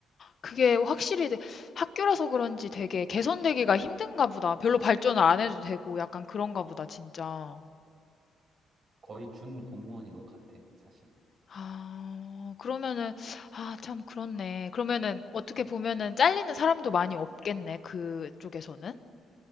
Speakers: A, on the left (about 50°); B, on the right (about 45°).
A: 그게 확실히 되- 학교라서 그런지 되게 개선되기가 힘든가 보다. 별로 발전을 안 해도 되고 약간 그런가 보다, 진짜.
B: 거의 준 공무원인 것 같아, 사실.
A: 아 그러면은 아 참 그렇네. 그러면은 어떻게 보면은 잘리는 사람도 많이 없겠네. 그쪽에서는.